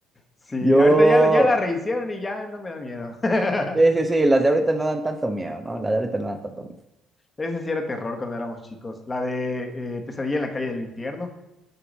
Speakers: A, on the left; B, on the right.
A: Sí,
B: yo...
A: ahorita ya, ya la rehicieron y ya no me da miedo. <laughs>
B: Sí, sí, sí, las de ahorita no dan tanto miedo, ¿no? Las de ahorita no dan tanto miedo.
A: Ese sí era terror cuando éramos chicos. La de eh, Pesadilla en la calle del infierno.